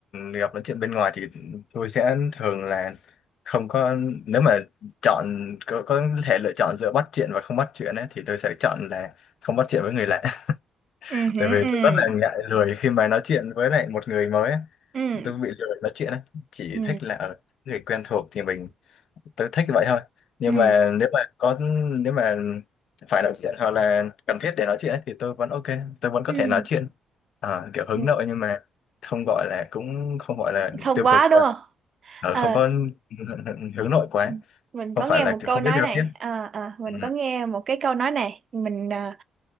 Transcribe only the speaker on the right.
Ừ.
Ừ.
Ừ.
Ừ.
Ừ.
Ừ.
Ừ.
Ừ.
Không
quá
đúng
không?
Ờ.
Ừ. Mình
có
nghe
một
câu
nói
này,
Ờ, ờ, mình
có nghe một cái câu nói này, mình ờ,